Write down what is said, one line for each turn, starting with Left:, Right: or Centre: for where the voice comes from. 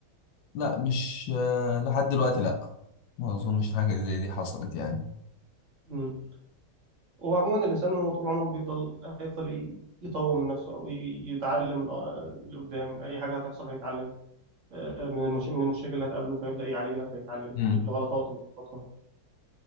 Left: لا مش آه، لحد دلوقتي لا ما اظنش حاجه زي دي حصلت يعني
Right: امم وعموما الانسان هو طول عمره بيفضل هيفضل ي- يطور من نفسه او ي- يتعلم آه، لقدام اي حاجه هتحصل هيتعلم آه، من المش... من المشاكل اللي هتقابله فيبدا يعالجها فيتعلم
Left: مم.
Right: الغلطات اللي بتغلطها